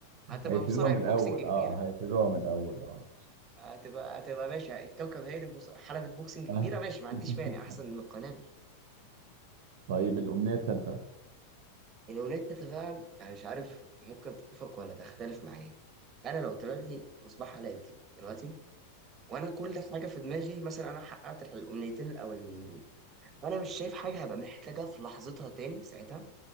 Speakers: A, on the right (about 25°); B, on the right (about 50°).
A: هتبقى
B: هيبتدوها
A: مصارعة
B: من
A: بوكسنج
B: الأول
A: كبيرة
B: اه هيبتدوها من الأول اه
A: هتبقى هتبقى ماشي الكوكب هي اللي بمص- حلبة بوكسنج كبيرة
B: آه.
A: ماشي ما عنديش
B: <laughs>
A: مانع أحسن من القنابل
B: طيب الأمنية التالتة
A: والأونيتا بقى أنا مش عارف ممكن تتفق ولا تختلف معايا أنا لو طلعت لي مصباح علاء الدين دلوقتي وانا كل حاجه في دماغي مثلا انا حققت الح- الامنيتين الاولانيين دول انا مش شايف حاجه هبقى محتاجها في لحظتها تاني ساعتها